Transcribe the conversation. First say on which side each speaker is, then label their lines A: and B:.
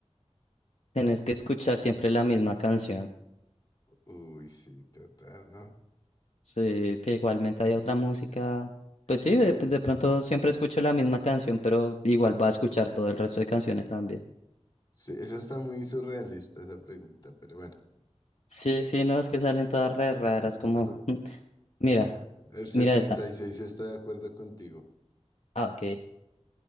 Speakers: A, on the left; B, on the left.
A: Tienes que escuchar siempre la misma canción.
B: Uy, sí, total, ¿no?
A: Sí, que igualmente hay otra música. Pues sí,
B: Aunque
A: de, de pronto siempre escucho la misma canción, pero igual va a escuchar todo el resto de canciones también.
B: sí, esa está muy surrealista, esa pregunta, pero bueno.
A: Sí, sí, no, es que salen todas re raras,
B: <laughs>
A: como, mm, mira,
B: El setenta
A: mira esta,
B: y seis está de acuerdo contigo.
A: ah, ok,